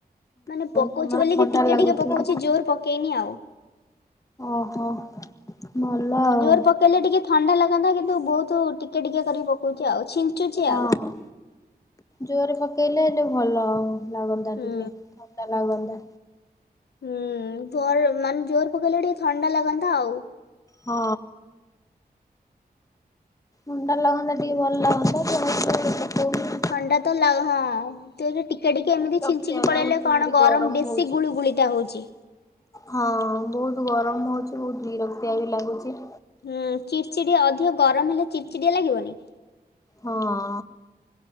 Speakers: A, on the left; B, on the left.
A: ମାନେ ପକଉଚି
B: ତମର
A: ବୋଲିକି
B: ଥଣ୍ଡା
A: ଟିକେ
B: ଲାଗୁଥିବ
A: ଟିକେ ପକଉଚି ଜୋର ପକେଇନି ଆଉ
B: ଓହୋ ଭଲ ଆଉ
A: ଜୋର ପକେଇଲେ ଟିକେ ଥଣ୍ଡା ଲାଗନ୍ତା କି କିନ୍ତୁ ବହୁତ ଟିକି ଟିକିଏ କରିକି ପକଉଚି ଆଉ ଛିଞ୍ଚୁଚି
B: ହଁ।
A: ଆଉ।
B: ଜୋରେ ପକେଇଲେ ଏଲେ ଭଲ ଲାଗନ୍ତା
A: ହୁଁ
B: ଟିକେ ଥଣ୍ଡା ଲାଗନ୍ତା।
A: ହୁଁର ମାନେ ଜୋର ପକେଇଲେ ଟିକେ ଥଣ୍ଡା ଲାଗନ୍ତା ଆଉ।
B: ହଁ। ମୁଣ୍ଡା ଲାଗନ୍ତା ଟିକେ ଭଲ ଲାଗନ୍ତା <unintelligible>
A: ଥଣ୍ଡା ତ ଲାଗ ହଁ। ତ ଏବେ ଟିକେ ଟିକିେ ଏମିତି
B: ବିରକ୍ତିଆ
A: ଛିଞ୍ଚିକି ପଳେଇଲେ
B: ଲାଗୁଛି
A: କଣ
B: ଭାରି
A: ଗରମ ବେଶୀ
B: ହଉଛି।
A: ଗୁଳୁଗୁଳିଟା ହଉଚି।
B: ହଁ ବହୁତ ଗରମ ହଉଚି ବହୁତ ବିରକ୍ତିଆରି ଲାଗୁଚି।
A: ହୁଁ ଚିଡ଼ଚିଡି ଅଧିକ ଗରମ ହେଲେ ଚିଡ଼ଚିଡିଆ ଲାଗିବନି।
B: ହଁ।